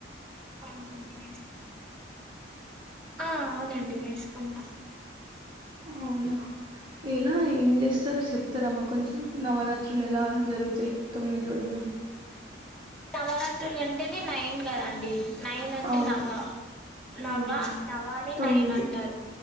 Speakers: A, in the centre; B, on the right.
A: అవునండి ఆ అవునండి వేసుకుంటాం
B: అవునా ఎలా ఏం చేస్తారు చెప్తారమాకొంచెం నవరాత్రులు ఎలా జరుగుతయి తొమ్మిది రోజులు
A: నవరాత్రులు అంటేనే నైన్ కదండి నైన్ అంటే
B: అవును
A: నవ నవా
B: ఉమ్
A: నవాని
B: తొమ్మిది
A: నైన్ అంటారు